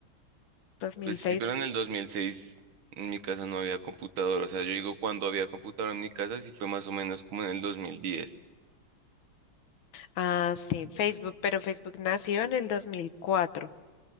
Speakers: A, on the left (about 75°); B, on the right (about 80°).
A: 2006.
B: Pues sí, pero en el 2006 en mi casa no había computador. O sea, yo digo cuando había computador en mi casa, sí fue más o menos como en el dos mil diez
A: Ah, sí, Facebook, pero Facebook nació en el 2004.